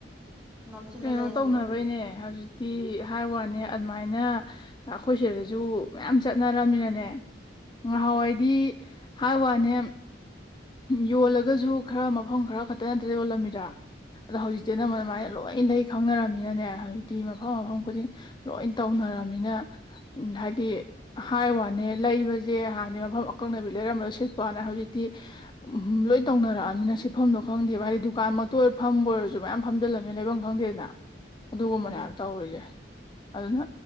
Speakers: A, in the centre; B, on the left.
A: ꯅꯝꯁꯤꯜꯂ
B: ꯀꯩꯅꯣ
A: ꯂꯩꯔꯕꯅꯦ
B: ꯇꯧꯅꯔꯣꯏꯅꯦ
A: ꯑꯗꯨꯝ
B: ꯍꯧꯖꯤꯛꯇꯤ ꯍꯥꯏ ꯋꯥꯅꯤ ꯑꯗꯨꯃꯥꯏꯅ ꯑꯩꯈꯣꯏ ꯁꯤꯗꯁꯨ ꯃꯌꯥꯝ ꯆꯠꯅꯔꯝꯃꯤꯅꯅꯦ ꯉꯍꯥꯟꯋꯥꯏꯗꯤ ꯍꯥꯏ ꯋꯥꯅꯦ ꯌꯣꯜꯂꯒꯁꯨ ꯈꯔ ꯃꯐꯝ ꯈꯔ ꯈꯛꯇ ꯅꯠꯇꯦ ꯌꯣꯜꯂꯝꯃꯤꯗ ꯑꯗꯣ ꯍꯧꯖꯤꯛꯇꯤ
A: ꯎꯝ
B: ꯅꯅ ꯑꯗꯨꯃꯅ ꯂꯣꯏꯅ ꯂꯩ ꯈꯪꯅꯔꯝꯃꯤꯅꯅꯦ ꯍꯧꯖꯤꯛꯇꯤ ꯃꯐꯝ ꯃꯐꯝ ꯈꯨꯗꯤꯡ ꯂꯣꯏ ꯇꯧꯅꯔꯕꯅꯤꯅ ꯍꯥꯏꯗꯤ ꯍꯥꯏ ꯋꯥꯅꯦ ꯂꯩꯕꯁꯦ ꯍꯥꯟꯗꯤ ꯃꯐꯝ ꯑꯀꯛꯅꯕꯤ ꯂꯩꯔꯝꯕꯗꯣ ꯁꯤꯠꯄ ꯋꯥꯅ ꯍꯧꯖꯤꯛꯇꯤ ꯎ ꯂꯣꯏ ꯇꯧꯅꯔꯛꯑꯃꯤꯅ ꯁꯤꯐꯝꯗꯣ ꯈꯪꯗꯦꯕ ꯍꯥꯏꯗꯤ ꯗꯨꯀꯥꯟꯃꯛꯇ ꯑꯣꯏ ꯐꯝꯕ ꯑꯣꯏꯔꯁꯨ ꯃꯌꯥꯝ ꯐꯝꯖꯤꯜꯂꯝꯕꯃꯦ ꯂꯩꯐꯝ ꯈꯪꯗꯦꯕ ꯅ ꯑꯗꯨꯒꯨꯝꯕꯅꯦꯌꯥꯝ
A: ꯎꯝ
B: ꯇꯧꯔꯤꯁꯦ ꯑꯗꯨꯅ